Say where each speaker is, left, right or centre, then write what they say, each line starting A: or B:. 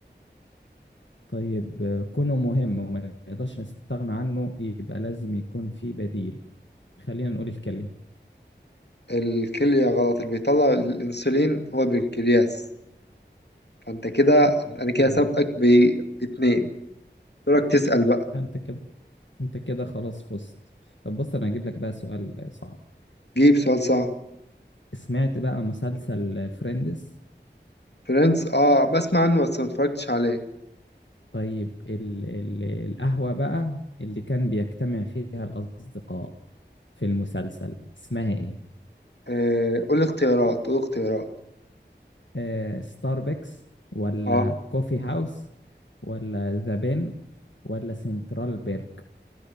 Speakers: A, on the left; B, on the left.
A: طيب آه، كونه مهم وما نقدرش نستغنى عنه يبقى لازم يكون في بديل خلينا نقول الكلي
B: الكلية غلط اللي بيطلع الانسولين هو البنكرياس فانت كده انا كده
A: اه
B: سابقك باتنين دورك تسأل بقى
A: لا انت كده انت كده خلاص فزت طب بص انا هجيب لك بقى سؤال صعب
B: جيب سؤال صعب
A: سمعت بقى مسلسل فريندز
B: فريندز اه بسمع عنه بس ما اتفرجتش عليه
A: طيب ال ال القهوة بقى اللي كان بيجتمع فيها الأصدقاء في المسلسل اسمها ايه
B: آه قول اختيارات قول اختيارات
A: آه ستاربكس ولا
B: اه,
A: كوفي هاوس ولا ذا بين ولا سنترال بيرك